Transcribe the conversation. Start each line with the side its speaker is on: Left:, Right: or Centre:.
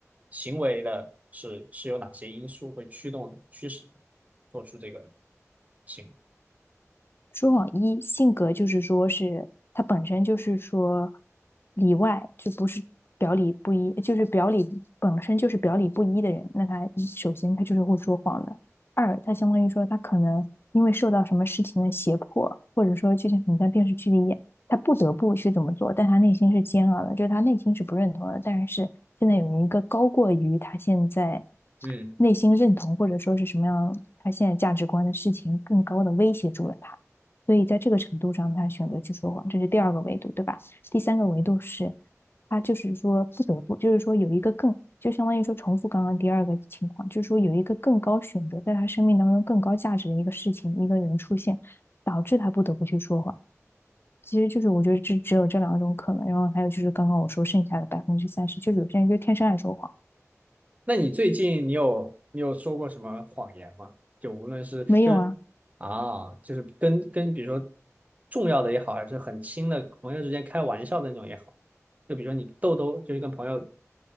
Right: 行为的是是有哪些因素会驱动驱使他做出这个行为？
Left: 说谎一性格就是说是他本身就是说里外就不是表里不一，就是表里本身就是表里不一的人，那他一首先他就是会说谎的。二，他相当于说他可能因为受到什么事情的胁迫，或者说就像很在电视剧里演，他不得不去怎么做，但他内心是煎熬的，就是他内心是不认同的，但是现在有一个高过于他现在
Right: 嗯。
Left: 内心认同或者说是什么样他现在价值观的事情更高的威胁住了他。所以在这个程度上，他选择去说谎，这是第二个维度，对吧？第三个维度是，他就是说不得不，就是说有一个更，就相当于说重复刚刚第二个情况，就是说有一个更高选择，在他生命当中更高价值的一个事情、一个人出现，导致他不得不去说谎。其实就是我觉得这只有这两种可能，然后还有就是刚刚我说剩下的百分之三十，就是有些人就天生爱说谎，
Right: 那你最近你有你有说过什么谎言吗？就无论是就是
Left: 没有啊，
Right: 啊，就是跟跟比如说重要的也好，还是很亲的朋友之间开玩笑的那种也好，就比如说你豆豆就是跟朋友